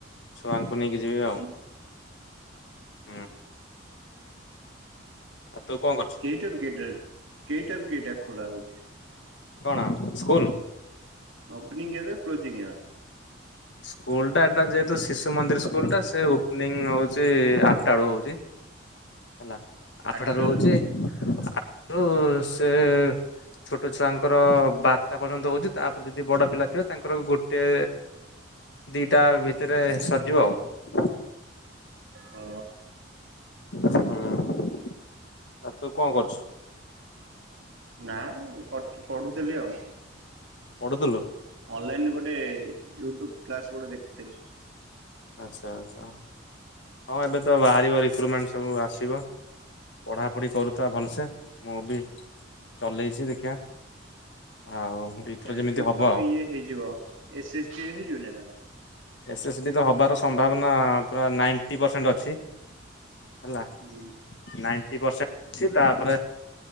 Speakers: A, on the left; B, on the right.
A: ଛୁଆଙ୍କୁ ନେଇକି ଯିବି ଆଉ
B: ହୁଁ
A: <inaudible> ହୁଁ। ଆଉ ତୁ କଣ କରୁଛୁ
B: କେଇଟାରୁ କେଇଟାରୁ କେଇଟାରୁ କେଇଟା ଖୋଲା ହଉଛି।
A: କଣ ସ୍କୁଲ?
B: ଅପନିଙ୍ଗ କେବେ ପୋଚିଙ୍ଗ
A: ସ୍କୁଲ ଟା ଏଟା ଯେହେତୁ ଶିଶୁ ମନ୍ଦିର ସ୍କୁଲ ଟା ସେ ଓପନି ହଉଛି ଆଠଟା ବେଳୁ ହଉଛି। ହେଲା ଆଠଟା
B: ଆଠଟାରୁ
A: ରହୁଛି ଆଠ ସେ ଛୋଟ ଛୁଆଙ୍କର ବାରଟା ପର୍ଯ୍ୟନ୍ତ ହଉଛି ତାପରେ ଯଦି ବଡ ପିଲା ଥିବ ତାଙ୍କର ଗୋଟେ ଦିଟା ଭିତରେ ସରିଯିବ ଆଉ
B: ହଁ।
A: ହୁଁ। ଆ ତୁ କଣ କରୁଛୁ?
B: ନାଇଁ ପଢୁଥିଲି ଆଉ
A: ପଢୁଥିଲୁ
B: <inaudible> ଅନଲାଇନ ଗୋଟେ ୟୁଟ୍ୟୁବ କ୍ଲାସ ଗୋଟେ ଦେଖୁଥିଲି।
A: ଆଚ୍ଛା ଆଛା। ହଁ ଏବେ ତ ବାହାରିବ ରି କ୍ରୁମେଣ୍ଟ ସବୁ ଆସିବ। ପଢ଼ାପଢ଼ି କରୁଥା ଭଲସେ ମୁଁ ବି ଚଲେଇଛି, ଦେଖିବା। ଆଉ ଏଇଥର
B: ଏଲ
A: ଯେମିତି
B: ତୁର
A: ହବ
B: ତ
A: ଆଉ
B: ଇଏ ହେଇଯିବ ଏସେ ଷ୍ଟି ହେଇଯିବନା?
A: ଏସ୍ ଏସ୍ ଡି ତ ହବାର ସମ୍ଭାବନା ପୁରା ନାଇଣ୍ଟି ପରସେଣ୍ଟ ଅଛି। ହେଲା
B: ହୁଁ
A: ନାଇ ବର୍ଷା ଅଛି ତାପରେ